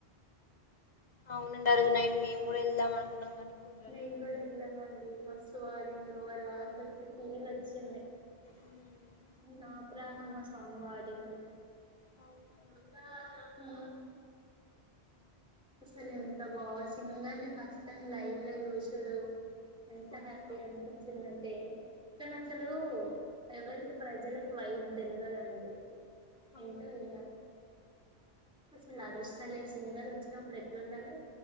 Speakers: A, on the left; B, in the centre.
A: అవునండీ మేము కూడా వెళ్దాం అనుకున్నాం కానీ కుదరలేదండి
B: మెంగుడ ఎల్లా మండి మస్తు వాడిల్లు వాడి వాళ పెతే ఫీల్ వచ్చింది
A: ఉమ్.
B: నా ప్రాణమా సాంగ్ వడిండు
A: అవునండి
B: <inaudible> ఉ అసలు ఎంత బా సింగర్ని ఫస్ట్ టైం లైవ్ లో చుసుడు ఎంత
A: అవును
B: హ్యాపీి అనిపించిన అే కానీ అసలు ఎవరికి ప్రజలలకు భయం తెలివదండి
A: అవునండి
B: ఇంకా వె అసలు ఆరుస్ చ లే సింగల్ వచ్చై అప్పుడేట్ల ఉండాలి